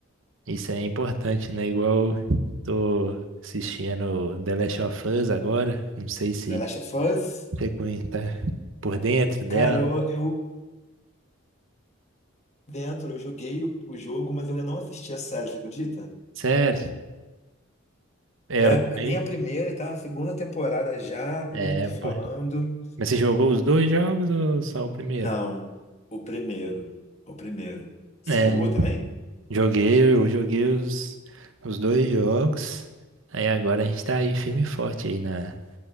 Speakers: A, on the right; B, on the left.
A: isso é importante, né? Igual tô assistindo The Last of Us agora, não sei se
B: The Last of Us,
A: você conhe- tá por dentro dela.
B: cara, eu, eu dentro, eu joguei o, o jogo, mas eu ainda não assisti a série, você acredita?
A: Sério, é,
B: É,
A: eu também.
B: nem a primeira, e tá na segunda temporada já, todo
A: É,
B: mundo falando.
A: pô. Mas você jogou os dois jogos ou só o primeiro?
B: Não, o primeiro. O primeiro. Você
A: É,
B: jogou também?
A: joguei, eu joguei os, os dois jogos. Aí agora a gente tá aí firme e forte aí na,